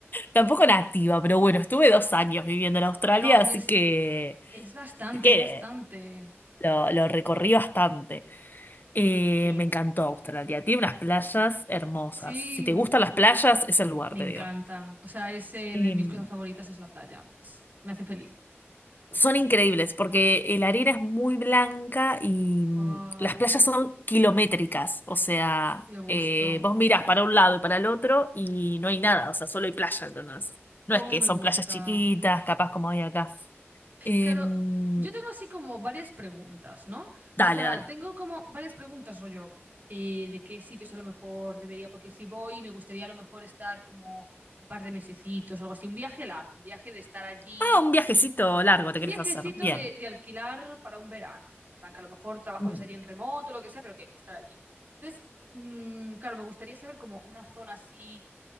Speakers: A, on the left; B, on the right.
A: tampoco nativa, pero bueno, estuve dos años viviendo en Australia,
B: Ah, bueno, aún
A: así
B: es,
A: que,
B: es bastante,
A: así que
B: es bastante.
A: lo, lo recorrí bastante. Eh,
B: Ok.
A: me encantó Australia, tiene unas playas hermosas.
B: Sí.
A: Si te gustan las playas, es el lugar,
B: Me
A: te
B: encantan.
A: digo.
B: O sea, es eh,
A: Em,
B: de mis cosas favoritas es la playa. Es- me hace feliz. Sí,
A: Son
B: sí, sí,
A: increíbles
B: sí.
A: porque eh, la arena es muy blanca y mm,
B: Ah,
A: las playas son kilométricas. O sea,
B: qué gusto.
A: eh, vos mirás para un lado y para el otro y no hay nada, o sea, solo hay playa, ¿entendés?
B: Cómo
A: No es que
B: me
A: son
B: gusta.
A: playas chiquitas, capaz como hay acá. Em,
B: Claro, yo tengo así como varias preguntas, ¿no?
A: dale,
B: O sea,
A: dale.
B: tengo como varias preguntas, rollo, eh, de qué sitios a lo mejor debería, porque si voy, me gustaría a lo mejor estar como un par de mesecitos, algo así, un viaje largo, un viaje de estar allí.
A: Ah, un viajecito largo
B: Un
A: te querés
B: viajecito
A: hacer. Bien.
B: de, de alquilar para un verano. En plan, que a lo mejor trabajo
A: Mm.
B: desde allí en remoto, lo que sea, pero que estar allí. Entonces, mm, claro, me gustaría saber como una zona así